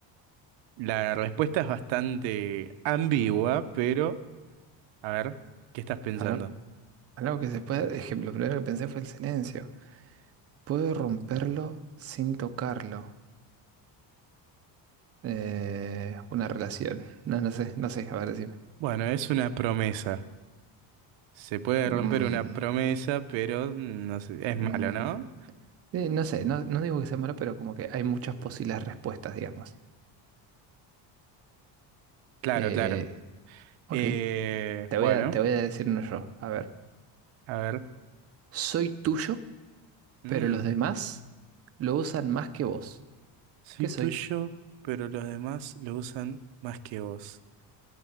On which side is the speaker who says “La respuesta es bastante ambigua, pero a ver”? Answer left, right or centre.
Right